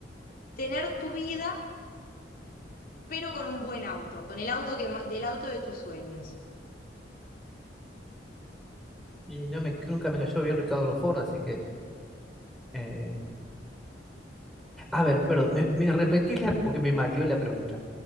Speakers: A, on the left (about 55°); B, in the centre.
A: tener tu vida, pero con un buen auto, con el auto que, ma- del auto de tus sueños.
B: Y no me, nunca me cayó bien Ricardo Ford, así que... eh, A ver, perdón, ¿me, me repetís la... porque me mareó la pregunta.